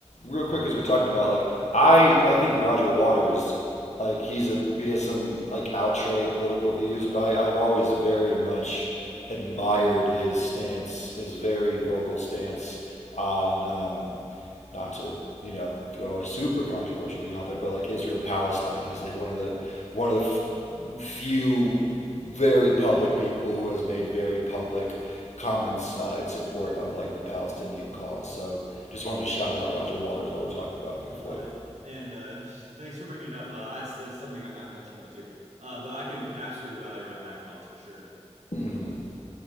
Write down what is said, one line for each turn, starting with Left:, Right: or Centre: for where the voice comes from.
Left: real quick, as we're talking about, like I, I think Roger Waters, like he's a he has some like outre political views, but I, I've always very much admired his stance, his very vocal stance on um, not to you know throw a super controversial thing out there, but like Israel Palestine, he's like one of the one of the f- few very public people who has made very public comments uh, in support of like the Palestinian cause. So just wanted to shout out Roger Waters while we're talking about Pink Floyd.
Right: Uh, and uh, <laughs> thanks for bringing it up. Uh, that's that's something I'm I'm touchy about too. Uh, but I can absolutely rally around that cause for sure.
Left: hmm